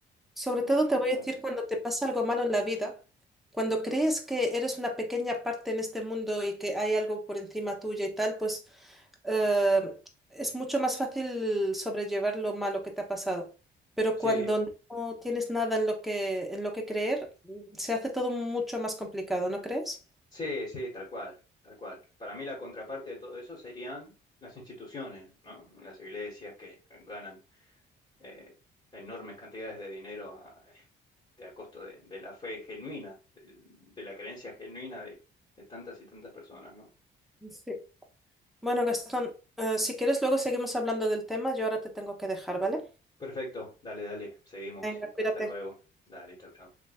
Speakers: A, in the centre; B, on the left.
A: sobre
B: muy,
A: todo te
B: muy
A: voy
B: bueno.
A: a decir cuando te pasa algo malo en la vida, cuando crees que eres una pequeña parte en este mundo y que hay algo por encima tuya y tal, pues eh, es mucho más fácil sobrellevar lo malo que te ha pasado. Pero
B: Sí,
A: cuando no tienes nada en lo que, en lo que creer, mm, se hace todo mucho más complicado, ¿no crees?
B: sí, sí, tal cual, tal cual. Para mí la contraparte de todo eso serían las instituciones, ¿no? Las iglesias que ganan eh, enormes cantidades de dinero a, este, a costo de, de la fe genuina, del- de, la creencia genuina de de tantas y tantas personas, ¿no?
A: Sí. Bueno, Gastón, eh, si quieres, luego seguimos hablando del tema. Yo ahora te tengo que dejar, ¿vale?
B: Perfecto, dale, dale, seguimos.
A: Venga, cuídate.
B: Hasta luego. Dale, chau, chau.